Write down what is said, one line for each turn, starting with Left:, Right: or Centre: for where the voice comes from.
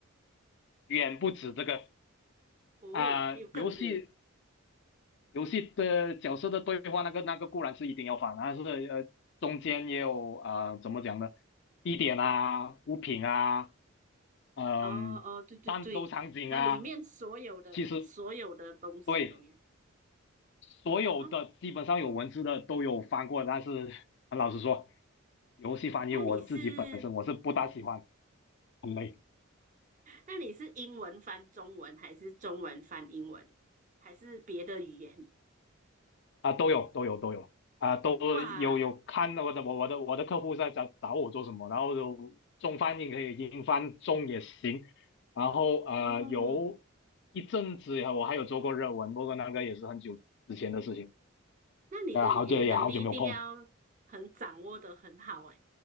Left: 远不止这个
Right: 哦，
Left: 啊、
Right: 还有更多
Left: 游戏游戏的角色的对话，那个那个固然是一定要反，但是呃中间也有啊、呃怎么讲呢，地点啊、物品啊，嗯、
Right: 哦哦，对对对，
Left: 战斗场景啊，
Right: 它里面所有的所有的东西都有
Left: 其实。对，所有的基本上有文字的都有翻过，
Right: 哦。
Left: 但是很老实说，游戏翻译我自己本身我是不大喜欢，
Right: 那你是
Left: 很累
Right: 那你是英文翻中文，还是中文翻英文，还是别的语言？
Left: 啊，都有都有都有啊，都有有看我的我我的我的客户在找找我做什么，
Right: 哇，
Left: 然后有中翻译可以，英翻中也行，然后呃有
Right: 嗯，
Left: 一阵子我还有做过日文，不过那个也是很久之前的事情，
Right: 那你的语言能力一定要
Left: 啊，好久也好久没有碰。
Right: 很掌握的很好诶。